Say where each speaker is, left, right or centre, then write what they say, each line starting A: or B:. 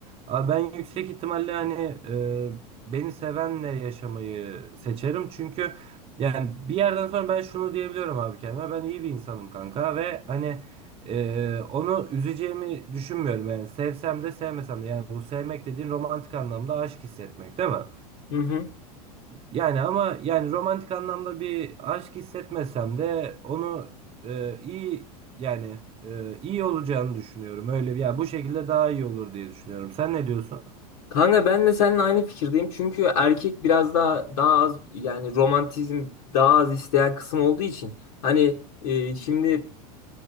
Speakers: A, on the right (about 30°); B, on the left (about 70°).
A: a, ben yüksek ihtimalle hani e, beni sevenle yaşamayı seçerim. Çünkü yani bir yerden sonra ben şunu diyebiliyorum abi kendime. Ben iyi bir insanım kanka ve hani ee, onu üzeceğimi düşünmüyorum yani sevsem de sevmesem de yani bu sevmek dediğin romantik anlamda aşk hissetmek değil mi?
B: Hı hı.
A: Yani ama yani romantik anlamda bir aşk hissetmesem de onu e, iyi yani e, iyi olacağını düşünüyorum öyle bir- ya bu şekilde daha iyi olur diye düşünüyorum sen ne diyorsun?
B: Kanka ben de seninle aynı fikirdeyim çünkü erkek biraz daha daha az yani romantizm daha az isteyen kısım olduğu için hani e, şimdi